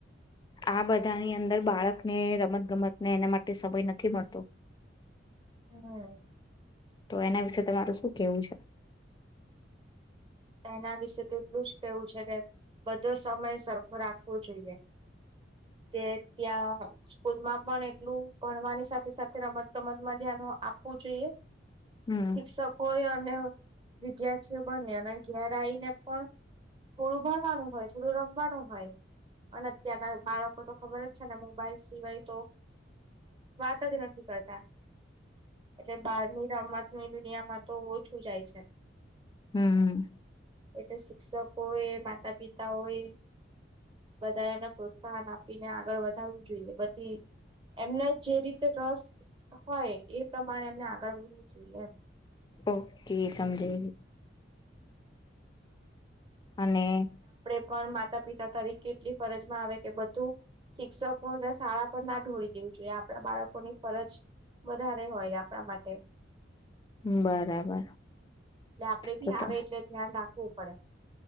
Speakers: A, on the left; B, on the right.
A: આ બધાની અંદર બાળકને રમત ગમત ને એના માટે સમય નથી મળતો.
B: હમ.
A: તો એના વિશે તમારું શું કેવું છે.
B: એના વિશે તો એટલું જ કેવું છે કે બધો સમય સરખો રાખવો જોઈએ કે ત્યાં સ્કૂલમાં પણ એટલું ભણવાની સાથે સાથે રમત ગમતમાં ધ્યાનો આપવું જોઈએ.
A: હમ
B: શિક્ષકો હોય અને વિદ્યાર્થીઓ બન્ને ઘેરાઈને પણ થોડું ભણવાનું હોય થોડું રમવાનું હોય અને અત્યારના બાળકો તો ખબર જ છે ને મોબાઈલ સિવાય તો વાત જ નથી કરતા. એટલે બારની રમત ૂની દુનિયામાં તો ઓછું જાય છે. <inaudible>
A: <inaudible>
B: એટલે શિક્ષકો એ માતા પિતાઓએ બધાએ એમને પ્રોત્સાહન આપીને આગળ વધારવું જોઈએ બધી એમને જે રીતે રસ હોય એ પ્રમાણે એમને આગળ વધવું જોઈએ એમ.
A: ઓકે સમજે. અને
B: પણ માતા પિતા તરીકે એટલી ફરજમાં આવે કે બધું શિક્ષકો શાળા પર ના ઢોળી દેવું જોઈએ આપણા બાળકોની ફરજ વધારે હોય આપણા માટે એટલે
A: બરાબર
B: આપડે ભી
A: તો
B: આવે
A: તો
B: એટલે ધ્યાન રાખ પવું પડે